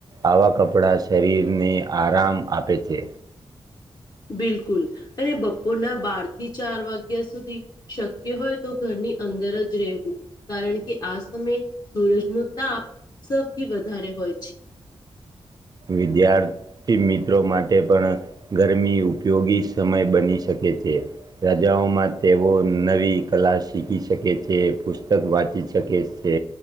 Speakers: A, on the right; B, on the left.
A: આવા કપડાં શરીરને આરામ આપે છે.
B: બિલકુલ અને બપોરના બાર થી ચાર વાગ્યા સુધી શક્ય હોય તો ઘરની અંદર જ રહેવું કારણ કે આ સમયે સૂરજ નો તાપ સૌથી વધારે હોય છે.
A: વિદ્યાર્થી મિત્રો માટે પણ ગરમી ઉપયોગી સમય બની શકે છે. રાજાઓમાં તેઓ નવી કલા શીખી શકે છે પુસ્તક વાંચી શકે છે.